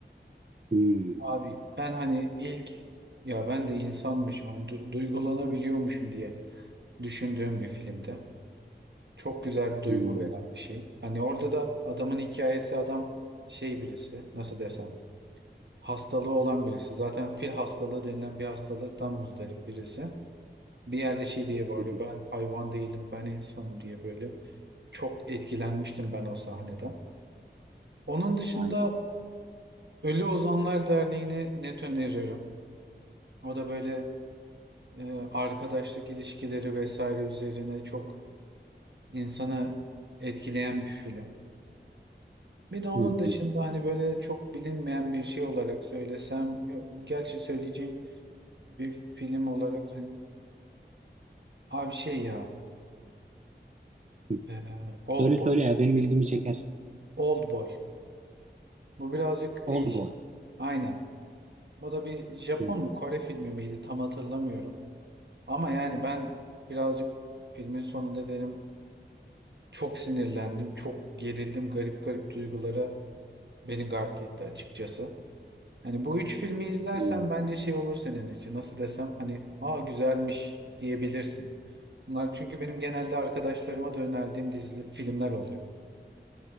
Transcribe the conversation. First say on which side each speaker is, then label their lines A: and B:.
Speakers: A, on the right; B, on the right.
A: Hmm,
B: Abi ben hani ilk ya ben de insanmışım hani du- duygulanabiliyormuşum diye düşündüğüm bir filmde. Çok güzel duygu
A: hmm,
B: veren bir şey. Hani orada da adamın hikayesi adam şey birisi nasıl desem hastalığı olan birisi. Zaten fil hastalığı denilen bir hastalıktan muzdarip birisi. Bir yerde şey diye bağırıyor
A: hı hı,
B: ben hayvan değilim ben insanım diye böyle. Çok etkilenmiştim ben o sahneden. Onun dışında
A: vay be.
B: Ölü Ozanlar Derneği'ni net öneririm. O da böyle e, arkadaşlık ilişkileri vesaire üzerine çok insanı etkileyen bir film. Bir de onun
A: Hı
B: dışında
A: hı,
B: hani böyle çok bilinmeyen bir şey olarak söylesem, ya- gerçi söyleyeceğim bir film olarak hani abi şey ya
A: hı.
B: e, Oldboy.
A: Söyle söyle ya benim ilgimi çeker.
B: Oldboy. Bu birazcık
A: Old
B: değişik.
A: Boy.
B: Aynen. O da bir Japon
A: Hmm,
B: mu Kore filmi miydi tam hatırlamıyorum. Ama yani ben birazcık filmin sonunda dedim çok sinirlendim, çok gerildim, garip garip duygulara Beni gark etti açıkçası. Hani bu üç filmi izlersen
A: hmm.
B: bence şey olur senin için. Nasıl desem hani aa güzelmiş diyebilirsin. Bunlar çünkü benim genelde arkadaşlarıma da önerdiğim dizi filmler oluyor.